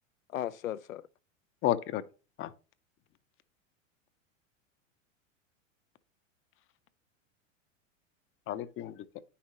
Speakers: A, on the left (about 85°); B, on the left (about 30°).
A: ஆ செர் செர்
B: ஓகே ஓ அ கழுத்தின் இருக்கு